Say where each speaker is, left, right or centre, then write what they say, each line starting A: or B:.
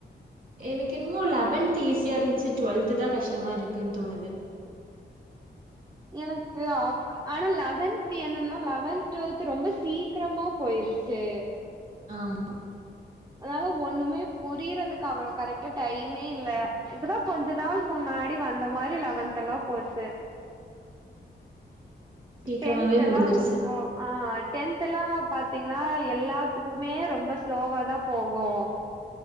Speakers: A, on the right; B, on the right.
A: எனக்கு இன்னமோ லெவன்த் ஈஸியா இருந்துச்சு டுவெல்து தா கஷ்டமா இருக்குன்னு தோணுது
B: எனக்கு ஆப் ஆனா லெவன்த் என்னன்னா லெவன்த் டுவெல்த் ரொம்ப சீக்கிரமா போயிருச்சு
A: ஆமா
B: அதனால ஒண்ணுமே புரியறதுக்கு அவ்ளோ கரெக்டா டைமே இல்ல இப்பதா கொஞ் அஞ்ச நாள் முன்னாடி வந்த மாரி லெவன்த் எல்லா போச்சு
A: சீக்கிரமாவே
B: டென்த் எல்லா
A: முடிஞ்சிருச்சு.
B: ரொம்போ ஆ டென்த எல்லா பாத்தீங்கன்னா எல்லாத்துக்குமே ரொம்ப ஸ்லோவாதா போகு